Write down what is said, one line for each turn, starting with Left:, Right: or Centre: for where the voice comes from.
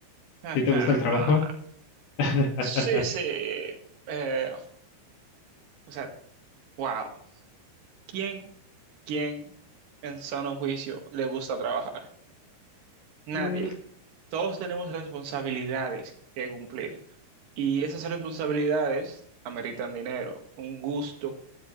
Right: <laughs> Ajá,
Left: ¿A ti te gusta el trabajo?
Right: no.
Left: <laughs>
Right: Sí, sí. Eh, o sea, wow. ¿Quién, quién en sano juicio le gusta trabajar? Nadie.
Left: Mm.
Right: Todos tenemos responsabilidades que cumplir. Y esas responsabilidades ameritan dinero, un gusto